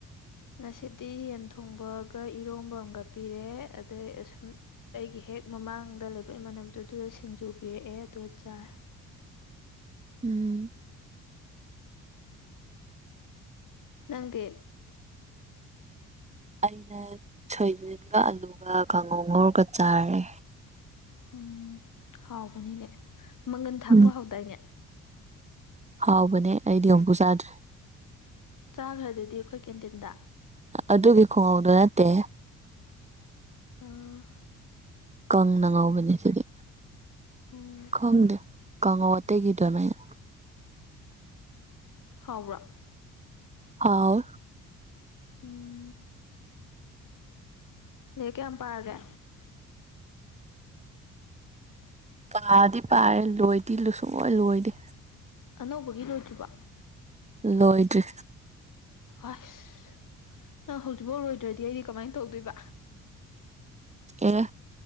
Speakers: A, on the left (about 55°); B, on the right (about 15°).
A: ꯉꯁꯤꯗꯤ ꯌꯦꯟ ꯊꯣꯡꯕꯒ ꯏꯔꯣꯝꯕ ꯑꯃꯒ ꯄꯤꯔꯦ ꯑꯗꯩꯨꯝ ꯑꯩꯒꯤ ꯍꯦꯛ ꯃꯃꯥꯡꯗ ꯂꯩꯕ ꯏꯃꯥꯟꯅꯅꯕꯗꯨ ꯑꯗꯨꯗ ꯁꯤꯡꯖꯨ ꯄꯤꯔꯛꯑꯦ ꯑꯗ ꯆꯥꯏ
B: ꯎꯝ
A: ꯅꯪꯗꯤ
B: ꯑꯩꯅ ꯁꯣꯏꯖꯤꯟꯒ ꯑꯂꯨꯒ ꯀꯥꯡꯉꯣ ꯉꯧꯔꯒ ꯆꯥꯔꯦ
A: ꯎꯝ ꯍꯥꯎꯕꯅꯤꯅꯦ ꯃꯪꯒꯟ ꯊꯥꯛꯄ
B: ꯎꯝ
A: ꯍꯥꯎꯗꯥꯏꯅꯦ
B: ꯍꯥꯎꯕꯅꯦ ꯑꯩꯗꯤ ꯑꯃꯨꯛꯨ ꯆꯥꯗ꯭ꯔꯦ
A: ꯆꯥꯈ꯭ꯔꯦ ꯑꯗꯨꯗꯤ ꯑꯩꯈꯣꯏ ꯀꯦꯟꯇꯤꯟꯗ
B: ꯑꯗꯨꯒꯤ ꯈꯨꯡꯎꯧꯗꯨ ꯅꯠꯇꯦ
A: ꯑꯥ
B: ꯀꯪꯅ ꯉꯧꯕꯅꯦ ꯑꯗꯨꯗꯤ
A: ꯎꯝ
B: ꯀꯪꯗꯦ ꯀꯪꯉꯧ ꯑꯇꯩꯒꯤ ꯑꯗꯨꯃꯥꯏꯅ
A: ꯍꯥꯎꯔꯥ
B: ꯑꯥꯎ
A: ꯎꯝ ꯅ ꯀꯦ ꯌꯥꯝ ꯄꯥꯔꯒꯦ
B: ꯄꯥꯔꯗꯤ ꯄꯥꯔꯦ ꯂꯣꯏꯗꯤ ꯂꯨꯁꯨꯡꯑꯣꯣꯏ ꯂꯣꯏꯗꯦ
A: ꯑꯅꯧꯕꯒꯤ ꯂꯣꯏꯗ꯭ꯔꯤꯕ
B: ꯂꯣꯏꯗ꯭ꯔꯤ
A: ꯑꯁ ꯅ ꯍꯧꯖꯤꯛꯐꯥꯎ ꯂꯣꯏꯗ꯭ꯔꯗꯤ ꯑꯩꯗꯤ ꯀꯃꯥꯏꯅ ꯇꯧꯗꯣꯏꯕ
B: ꯑꯦ